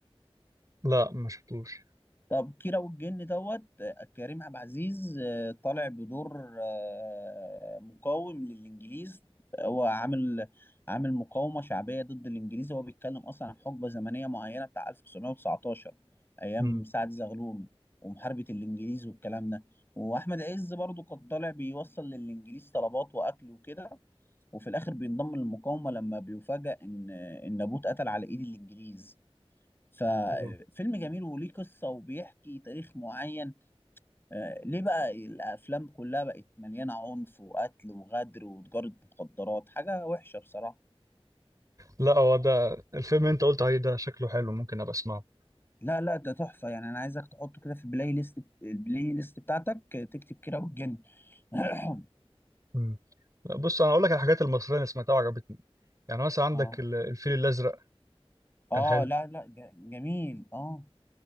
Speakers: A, on the right; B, on the left.
A: لا ما شفتوش
B: طب كيرة والجن دوت آه، كريم عبد العزيز آه، طالع بدور آه، مقاوم للإنجليز هو عامل عامل مقاومة شعبية ضد الإنجليز هو بيتكلم أصلا عن حقبة زمنية معينة بتاع 1919 أيام
A: مم.
B: سعد زغلول ومحاربة الإنجليز والكلام ده وأحمد عز برضو كان طالع بيوصل للإنجليز طلبات وأكل وكده وفي الآخر بينضم للمقاومة لما بيفاجأ إن إن أبوه اتقتل على إيد الإنجليز ففيلم
A: مم.
B: جميل وليه قصة وبيحكي تاريخ معين آه، ليه بقى الأفلام كلها بقت مليانة عنف وقتل وغدر وتجارة مخدرات حاجة وحشة بصراحة
A: لا هو ده الفيلم اللي انت قلت عليه ده شكله حلو ممكن ابقى اسمعه
B: لا لا ده تحفة يعني أنا عايزك تحطه كده في البلاي ليست البلاي ليست بتاعتك آه، تكتب كيرة والجن <coughs> <clears throat>
A: مم. لا، بص انا اقول لك على الحاجات المصريه اللي سمعتها وعجبتني يعني مثلا عندك
B: اه
A: ال- الفيل الازرق
B: اه
A: كان حلو
B: لا لا ج- جميل اه